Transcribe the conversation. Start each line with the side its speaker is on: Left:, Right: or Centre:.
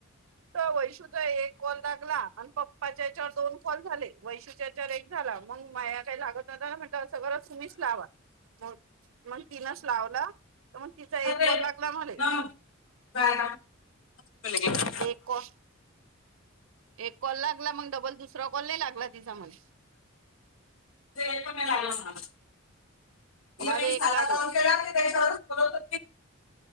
Right: तर वैशूचा एक कॉल लागला. अन् पप्पा पाच्या याच्यावर दोन कॉल झाले. वैशुच्या याच्यावर एक झाला मग माया काय लागत नव्हता ना म्हटल अस करातुम्हीच लावा. बोल मग तिलाच लावला तर मग तिचा
Left: <unintelligible>
Right: एक कॉल लागला मले दे कॉ एक कॉल लागला मग डबल दुसरा कॉल नाय लागला तिचा म्हणे.
Left: ते पण नाय लागला मला तीन
Right: मला एक
Left: साधा
Right: लागला
Left: कॉल केला त्याच्यावरच परत